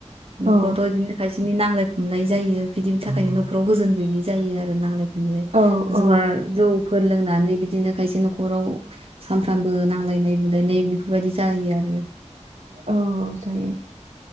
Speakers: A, on the right (about 50°); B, on the right (about 80°).
A: न'खरावथ'
B: औ
A: बिदिनो खायसे बिदिनो नांलाय खमलाय जायो बिदिनि थाखायनो न'खराव गोजोन गैयै जायो आरो नांलाय खम लाय
B: औ
A: जुवा
B: औ
A: जौ फोर लोंनानै बिदिनो खायसे न'खराव सानफ्रामबो नांलायनाय बुलायनाय बेफोरबायदि जायो आरो।
B: औ औ जायो